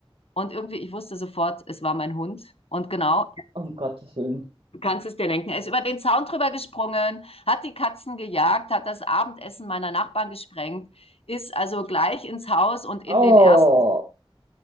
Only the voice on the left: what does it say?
Und irgendwie, ich wusste sofort, es war mein Hund. Und genau,
Du kannst es dir denken. Er ist über den Zaun drüber gesprungen, hat die Katzen gejagt, hat das Abendessen meiner Nachbarn gesprengt, ist also gleich ins Haus und in
den ersten